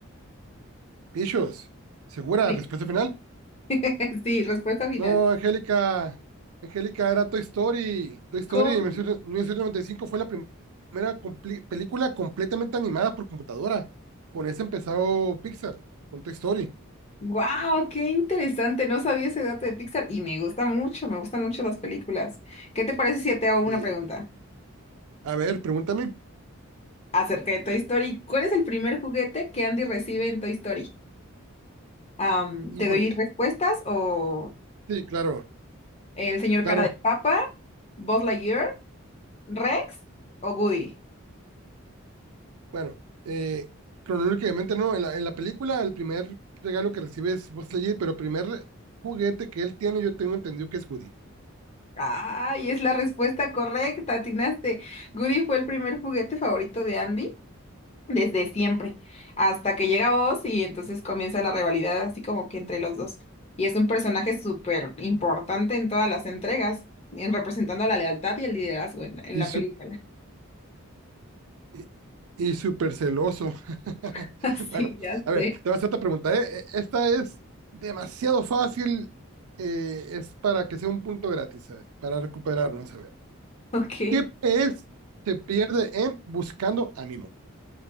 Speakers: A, on the right (about 85°); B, on the left (about 30°).
A: Pichos, ¿segura?
B: Sí,
A: ¿Respuesta final?
B: <laughs> sí, respuesta final.
A: No, Angélica. Angélica era Toy Story. Toy Story
B: Con...
A: en 1995 fue la prim- primera compli- película completamente animada por computadora. Con esa empezó Pixar, con Toy Story.
B: ¡Wow! ¡Qué interesante! No sabía ese dato de Pixar y me gusta mucho, me gustan mucho las películas. ¿Qué te parece si te hago una
A: Sí.
B: pregunta
A: A ver, pregúntame.
B: acerca de Toy Story? ¿Cuál es el primer juguete que Andy recibe en Toy Story? Am,
A: Híjole.
B: ¿te doy respuestas o
A: Sí, claro,
B: el señor
A: claro.
B: cara de papa, Buzz Lightyear ¿Rex o Goody?
A: Bueno, eh, cronológicamente no. En la, en la película, el primer regalo que recibe es Buzz Lightyear, pero el primer juguete que él tiene, yo tengo entendido que es Woody.
B: Ay, es la respuesta correcta, atinaste. Goody fue el primer juguete favorito de Andy desde siempre, hasta que llega Buzz y entonces comienza la rivalidad así como que entre los dos. Y es un personaje súper importante en todas las entregas, en representando la lealtad y el liderazgo en la, en
A: Y,
B: la
A: sup-
B: película.
A: y, y súper celoso. <laughs>
B: <laughs> Así
A: Bueno,
B: ya
A: a ver,
B: sé.
A: te voy a hacer otra pregunta, ¿eh? E- Esta es demasiado fácil, eh, es para que sea un punto gratis, a ver, para recuperarnos, a ver.
B: Ok.
A: ¿Qué pez se pierde en buscando a Nemo?